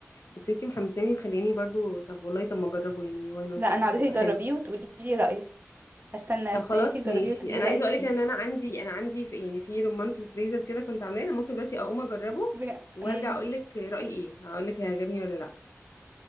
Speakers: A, on the left; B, on the right.
A: بس انتي محمساني خليني برضو طب والله طب ما اجربه يعني واي نوت
B: لا انا
A: يعني
B: هدوقي
A: هيبقى
B: جربيه
A: حلو
B: وتقولي لي رايك هستنى
A: طب
B: استناكي
A: خلاص
B: تجربيه
A: ماشي
B: وتقولي لي
A: انا
B: رايك
A: عايزه اقولك
B: فيه
A: ان انا عندي انا عندي في يعني في رمان في الفريزر كده كنت عاملاه انا ممكن دلوقتي اقوم اجربه
B: بج-
A: وارجع
B: أمم،
A: اقولك رايي ايه هقولك هيعجبني ولا لا